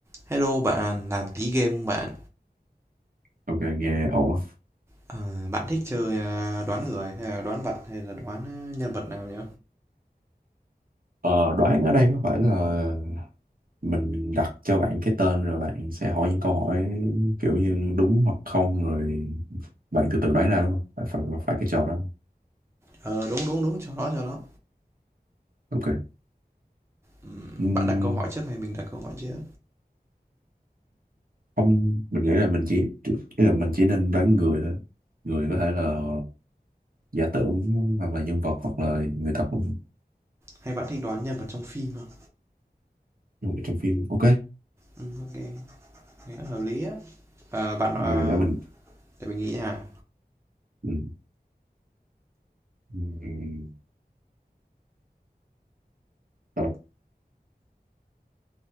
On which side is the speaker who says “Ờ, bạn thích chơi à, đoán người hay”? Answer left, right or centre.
Right